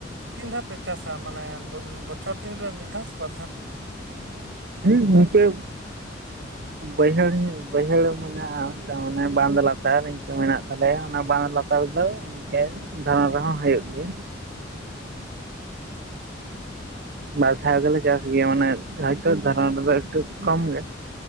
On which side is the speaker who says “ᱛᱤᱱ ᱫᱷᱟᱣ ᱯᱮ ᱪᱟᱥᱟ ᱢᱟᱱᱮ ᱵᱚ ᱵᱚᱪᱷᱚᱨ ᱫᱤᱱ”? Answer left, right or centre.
Right